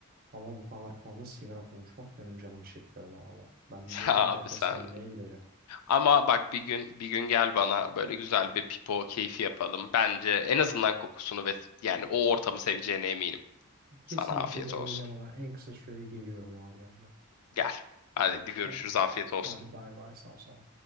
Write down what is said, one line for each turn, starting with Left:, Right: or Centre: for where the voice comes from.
Right: Ama bu kadar fazla sigara konuşmak benim canımı çektirdi valla.
Left: <laughs>
Right: Ben
Left: Sen-
Right: bir
Left: Abi
Right: nefeslenmeye
Left: sen.
Right: gideceğim.
Left: Ama bak bir gün bir gün gel bana böyle güzel bir pipo keyfi yapalım. Bence en azından kokusunu ve yani o ortamı seveceğine eminim.
Right: Kesinlikle
Left: Sana afiyet
Right: deneyeceğim
Left: olsun.
Right: ama en kısa sürede geliyorum abi yanına.
Left: Gel. Hadi görüşürüz.
Right: Tamam.
Left: Afiyet olsun.
Right: Hadi bay bay sağ ol sana.